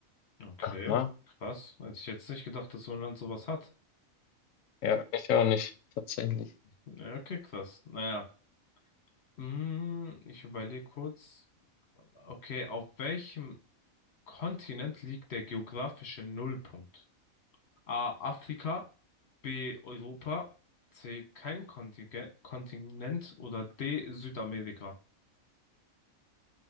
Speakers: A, on the left; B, on the left.
A: Okay,
B: Aha,
A: krass. Hätte ich jetzt nicht gedacht, dass so ein Land sowas hat.
B: ja, ich auch nicht, tatsächlich.
A: Ja, Okay, krass. Naja. Hm, ich überlege kurz. Okay, auf welchem Kontinent liegt der geografische Nullpunkt? A. Afrika, B. Europa, C. Kein Kontinge- Kontinent oder D. Südamerika.